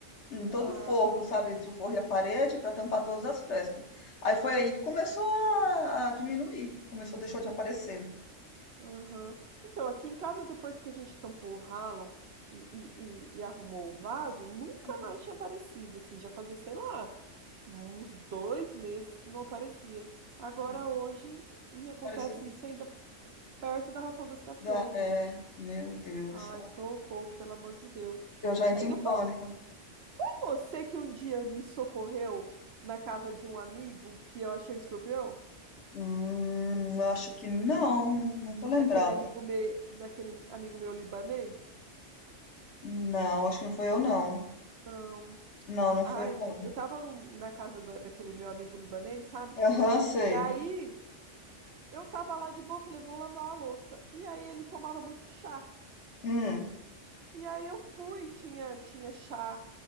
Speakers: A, on the left (about 65°); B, on the right (about 60°).
A: em todo
B: Ah,
A: o forro, sabe? Entre o forro e a parede, para tampar todas as frestas. Aí foi aí que começou a, a diminuir, começou, deixou de aparecer.
B: aham. Então, aqui em casa, depois que a gente tampou o ralo e, e, e, e arrumou o vaso, nunca
A: Uhum,
B: mais tinha aparecido, assim, já fazia, sei lá. Uns dois meses que não aparecia. Agora
A: uhum.
B: hoje me acontece
A: Apareceu.
B: isso ainda perto da ração das cachorras,
A: Da, é,
B: gente.
A: meu Deus.
B: Ai, socorro, pelo amor de Deus.
A: Eu já
B: Amiga,
A: entro em pânico.
B: foi, foi você que um dia me socorreu na casa de um amigo que eu achei um escorpião?
A: Hum, eu acho que não, não não tô lembrada.
B: Daquele amigo meu, daquele amigo meu libanês?
A: Não, acho que não foi eu não.
B: Não.
A: Não, não
B: Ai,
A: foi
B: eu
A: eu não.
B: eu tava num- na casa da- daquele meu amigo libanês, sabe?
A: Aham, sei.
B: E aí eu tava lá de boa, falei, vou lavar a louça. E aí ele tomava muito chá.
A: Hum,
B: E aí eu fui, tinha, tinha chá